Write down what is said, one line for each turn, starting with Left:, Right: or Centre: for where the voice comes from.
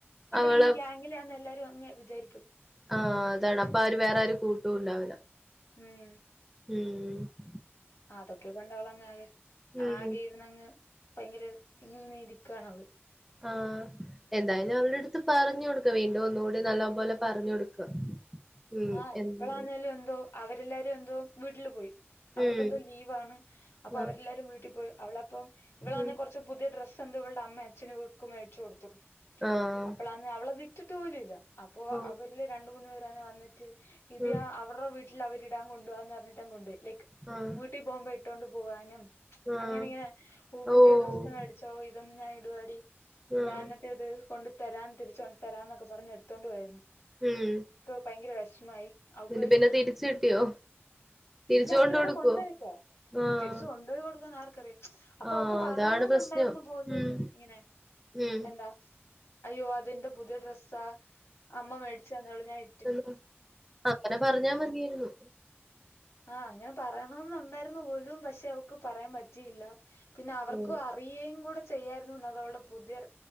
Left: ഇവള്
Centre: അവളെ
Left: ഈ ഗാങ്ങിലെയാന്ന് എല്ലാരും അങ്ങ് വിചാരിക്കും
Centre: ആഹ് അതാണ് അപ്പൊ ആര് വേറാരും കൂട്ടും ഉണ്ടാവില്ല
Left: ഉം
Centre: ഉം ഉം
Left: ആഹ് അതൊക്കെ കൊണ്ടവളങ്ങാകെ
Centre: ഉം
Left: ആകെയിരുന്നങ്ങ് ഭയങ്കര ഇങ്ങനെ ഇരിക്കുവാണവള്
Centre: ആഹ് എന്തായാലും അവൾടെ അടുത്ത് പറഞ്ഞു കൊടുക്കുക വീണ്ടും ഒന്നുകൂടി നല്ലോം പോലെ പറഞ്ഞു കൊടുക്ക ഉം
Left: ആഹ്
Centre: എന്ത്
Left: ഇപ്പളാന്നോലും എന്തോ അവരെല്ലാരും എന്തോ വീട്ടില് പോയി അവർക്കെന്തോ
Centre: ഉം
Left: ലീവാണ് അപ്പൊ
Centre: ആഹ്
Left: അവരെല്ലാരും വീട്ടി പോയി അവളപ്പം ഇവളാന്നെ
Centre: ഉം
Left: കൊറച്ച് ച്ചു പുതിയ ഡ്രസ്സ് എന്തോ ഇവൾടെ അമ്മേം അച്ചനും ഇവൾക്ക് മേടിച്ചു കൊടുത്തു
Centre: ആഹ്
Left: അപ്പളാന്നെ അവളത് ഇ ട്ടിട്ട് പോലുവില്ല അപ്പൊ
Centre: ഓ
Left: അവരില് രണ്ട് മൂന്ന് പേരാണേ വന്നിട്ട് ഇത്
Centre: ആഹ്
Left: ആ അവർടെ വീട്ടില് അവരിടാൻ കൊണ്ടുപോവാന്നു പറഞ്ഞിട്ടങ്ങ് കൊണ്ടുപോയി ലൈക്ക്
Centre: ആഹ്
Left: വീട്ടി പോകുമ്പോ ഇട്ടോണ്ട് പോകാനും
Centre: ആഹ്
Left: അങ്ങനെ ഇങ്ങനെ ഓ
Centre: ഓഹ്
Left: പുതിയ ഡ്രസ് മേടിച്ചോ ഇതൊന്ന് ഞാൻ ഇടുവാടി
Centre: ആഹ്
Left: ഞാൻ എന്നിട്ട് ഇത് കൊണ്ട് തരാം തിരിച്ചുകൊണ്ട് തരാന്നൊക്കെ പറഞ്ഞ് എടുത്തോണ്ട് പോയിരുന്നു
Centre: ഉം
Left: ഭയങ്കര വിഷമായി അവക്ക്
Centre: എന്നിട്ട്
Left: അ
Centre: പിന്നെ തിരിച്ച് കിട്ടിയോ തിരിച്ച്
Left: ഇല്ല
Centre: കൊണ്ട്
Left: അവരിപ്പൊ
Centre: കൊടുക്കുവോ
Left: കൊണ്ടൊയേക്കാ
Centre: ആഹ്
Left: തിരിച്ചു കൊണ്ടുപോയി കൊടുക്കുവോന്ന് ആർക്കറിയാം അപ്പൊ
Centre: ആഹ്
Left: അവക്ക് പറയണോന്നൊണ്ടാരുന്നു
Centre: അതാണ് പ്രശ്നം
Left: <unintelligible>
Centre: ഉം
Left: ഇങ്ങനെ
Centre: ഉം
Left: എന്താ അയ്യോ അത് ന്റെ പുതിയ ഡ്രസ്സാ അമ്മ മേടിച്ചന്നേ ഒള്ളു ഞാൻ ഇ
Centre: എന്താ അങ്ങനെ പറഞ്ഞാ മതിയാരുന്നു
Left: ആഹ് അങ്ങനെ പറയണോന്നൊണ്ടാരുന്നു പോലും പക്ഷെ അവക്ക് പറയാൻ പറ്റിയില്ല പിന്നെ അവർക്കു
Centre: ഉം
Left: അ അറിയേം കൂടെ ചെയ്യായിരുന്നുന്ന് അതവൾടെ പുതിയ